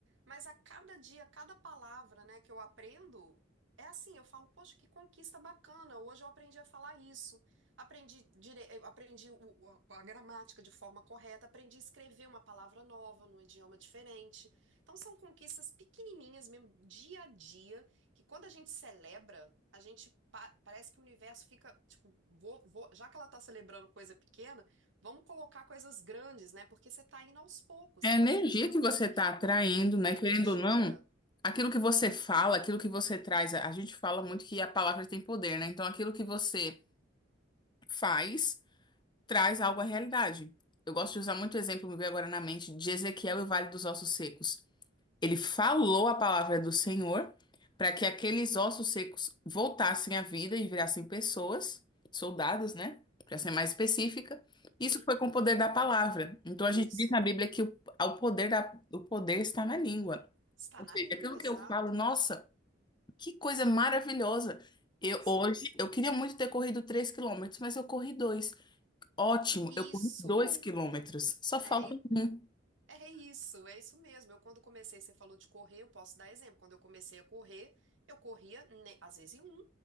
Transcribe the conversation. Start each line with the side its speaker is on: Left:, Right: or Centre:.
Right: Mas a cada dia, cada palavra, né, que eu aprendo, é assim, eu falo, poxa, que conquista bacana. Hoje eu aprendi a falar isso. Aprendi dire... eu aprendi o- o- a gramática de forma correta, aprendi a escrever uma palavra nova num idioma diferente. Então são conquistas pequenininhas mesmo, dia a dia, que quando a gente celebra a gente pa- parece que o universo fica, tipo, vou- vou- já que ela tá celebrando coisa pequena, vamos colocar coisas grandes, né? Porque você tá indo aos poucos,
Left: É
Right: você
Left: a
Right: tá
Left: energia
Right: celebrando
Left: que
Right: aquilo
Left: você está
Right: que é pouco.
Left: atraindo, né?
Right: A energia.
Left: Querendo ou não, aquilo que você fala, aquilo que você traz, a gente fala muito que a palavra tem poder, né? Então, aquilo que você faz traz algo à realidade. Eu gosto de usar muito exemplo, me veio agora na mente, de Ezequiel e o Vale dos Ossos Secos. Ele falou a palavra do Senhor para que aqueles ossos secos voltassem à vida e virassem pessoas, soldados, né? Para ser mais específica. Isso
Right: Sim,
Left: foi com o poder da palavra. Então
Right: isso.
Left: a gente diz na Bíblia que o, o poder da, o poder está na língua.
Right: Está
Left: Ou
Right: na
Left: seja,
Right: língua,
Left: aquilo
Right: exato.
Left: que eu falo, nossa, que coisa maravilhosa. Eu,
Right: Sim,
Left: hoje, eu queria muito ter corrido 3 quilômetros, mas eu corri dois. Ótimo,
Right: isso.
Left: eu corri dois quilômetros. Só falta
Right: é e
Left: um.
Right: É isso, é isso mesmo. Eu quando comecei, você falou de correr, eu posso dar exemplo. Quando eu comecei a correr, eu corria, né, às vezes em um,